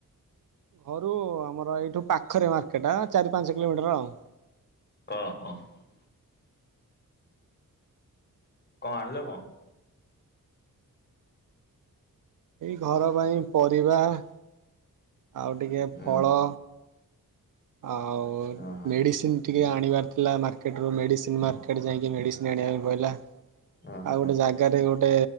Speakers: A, on the right; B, on the left.
A: ଘରୁ ଆମର ଏଇଠୁ ପାଖରେ ମାର୍କେଟ ଚାରି ପାଞ୍ଚ କିଲୋମିଟର ଆଉ ।
B: ଅହ ହଁ । କଣ ଆଣିଲ କଣ?
A: ଏଇ ଘର ପାଇଁ ପରିବା । ଆଉ ଟିକେ
B: ହୁଁ
A: ଫଳ। ଆଉ
B: ଓହୋ
A: ମେଡିସିନ୍ ଟି ଏଇ ଆଣିବାର ଥିଲା ମାର୍କେଟରୁ ମେଡିସିନ, ମାର୍କେଟ ଯାଇକି ମେଡିସିନ ଆଣିବା ପାଇଁ ପଇଲା।
B: ଓହୋ
A: ଆଉ ଗୋଟେ ଜାଗାରେ ଗୋଟେ